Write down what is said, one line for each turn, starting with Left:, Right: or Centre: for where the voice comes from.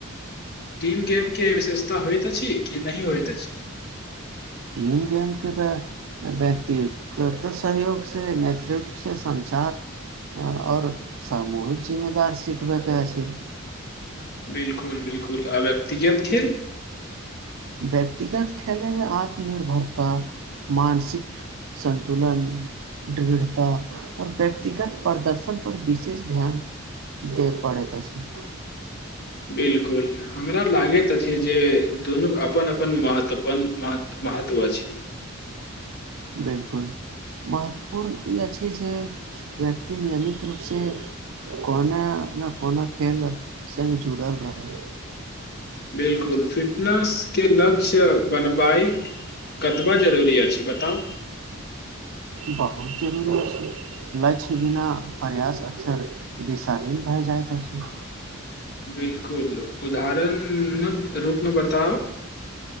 Left: टीम गेमके विशेषता होइत अछि कि नहि होइत अछि
Right: टीम गेमके त व्यक्तिगत सहयोगसँ नेतृत्वसँ सञ्चार आओर सामूहिक जिम्मेदार सिखबैत अछि
Left: बिलकुल बिलकुल आ व्यक्तिगत खेल
Right: व्यक्तिगत खेले मे आत्मनिर्भरता मानसिक संतुलन दृढ़ता आउर व्यक्तिगत प्रदर्शन पर विशेष ध्यान दे पड़ैत अछि
Left: बिलकुल हमरा लागैत अछि जे दुनूके अपन अपन महत्व अपन मह महत्व अछि
Right: बिलकुल महत्वपूर्ण ई अछि जे व्यक्ति नियमित रूपसँ कोनो ने कोनो खेल सङ्ग जुड़ल रहय
Left: बिलकुल फिटनेस के लक्ष्य बनबाइक कतबा जरूरी अछि बताउ
Right: बहुत जरूरी छै लक्ष्य बिना प्रयास अक्सर दिशाहीन भए जाइत अछि
Left: बिलकुल उदाहरणक रूपमे बताउ